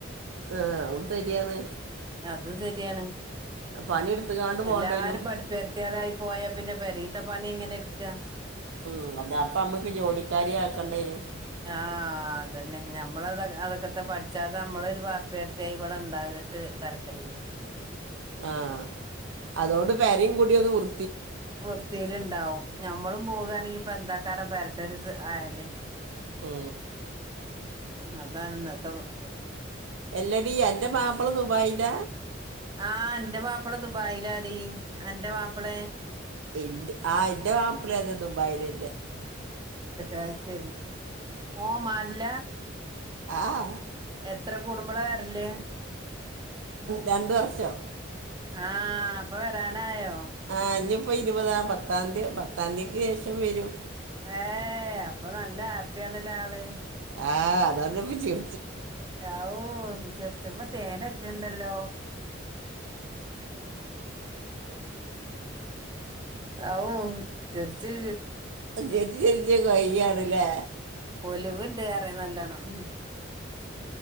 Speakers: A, on the right; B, on the right.
A: ആഹ അും ശരിയാണ്
B: അത് ശരിയാണ്
A: പണിയെടുത്തുകാണ്ട് പോകേണ്ടി
B: എല്ലാരും
A: വരും
B: പഠിപ്പടുത്തിയതായി പോയാ പിന്നെ പെരീത്ത പണി ഇങ്ങനെ എടുക്കാ
A: ഉം അത അപ്പൊ അമ്മക്ക് ജോലിക്കാരി ആക്കേണ്ട വരും
B: ആഹ് അതന്നെ നമ്മൾത അതൊക്കെത്തെ പഠിച്ചാത്ത നമ്മളൊ ഒരു വാർത്ത വർത്തി ഇവിടെ ഇണ്ടാകിട്ട് തരക്കടില്ല
A: ആഹ അതുകൊണ്ട് പരയും കൂടിയ ഒന്ന് വൃ
B: വൃത്തിയിലുണ്ടാവും ഞമ്മളും പോവുകയാണെങ്കി ഇപ്പൊ എന്താ ക്കാരം പെരന്റെരു ആല്
A: ഓ
B: ഉ അതാ ആനന്ദ ത്തത്
A: എല്ല ഡടി അന്റെ മാപ്പിള് ദുബായില്ല
B: ആഹ എന്റെ മാപ്പിള ദുബായിലാടി അന്റെ പാപ്പിള
A: എ ആ എന്റെ വാപ്പിള ദുംബായലറെ
B: അത് ശരി ഓമാല്ല
A: ആഹ്
B: എത്ര കൂടുമ്പോള വറല്
A: രണ്ടുവർഷം
B: ആഹ അപ്പൊ വരാനായോ
A: ആഹ് ഇപ്പൊ ഇരുപതാ പത്താംതിയതിക്ക് ശേഷം വരും
B: ഏ അപ്പൊ നല്ല ഹാപ്പിയ ആണല്ലേ ആള്
A: ആഹ് അത അവടെപ്പചീറ
B: രാവു ചെറിച്ച് തേൻറ്റുണ്ടല്ലോ ഔ തീർച്ച്
A: ചിരിച്ച് വയ്യ അല്ലോ
B: എലിവുണ്ട് വേറെ നല്ലോണം ച്ചി